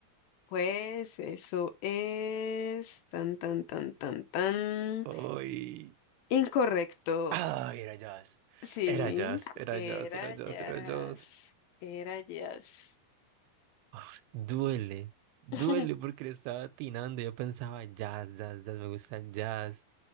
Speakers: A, on the left; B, on the right.
A: Pues eso es tan, tan, tan, tan, tan.
B: Ay,
A: Incorrecto.
B: ah, era jazz.
A: Sí,
B: Era jazz, era
A: era
B: jazz, era jazz,
A: jazz.
B: era jazz.
A: Era jazz.
B: Ah, Duele, duele
A: <laughs>
B: porque le estaba atinando. Yo pensaba jazz, jazz, jazz, me gusta el jazz.